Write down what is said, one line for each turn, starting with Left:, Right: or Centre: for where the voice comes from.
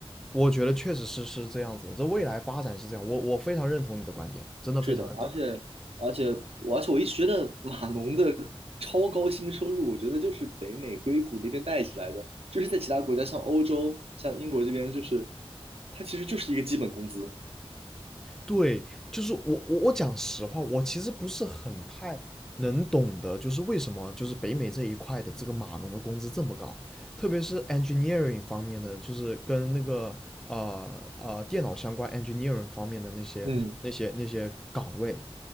Centre: 我觉得确实是是这样子的这未来发展是这样，我我非常认同你的观点，真的非常认同。
Right: 是的，而且而且我而且我一直觉得 <laughs> 码农的超高薪收入，我觉得就是北美硅谷那边带起来的，就是在其他国家像欧洲、像英国这边，就是它其实就是一个基本工资，
Centre: 对，就是我我我讲实话，我其实不是很太能懂得，就是为什么就是北美这一块的这个码农的工资这么高，特别是 engineering 方面的，就是跟那个呃呃电脑相关 engineering 方面的那些那些那些岗位，
Right: 嗯。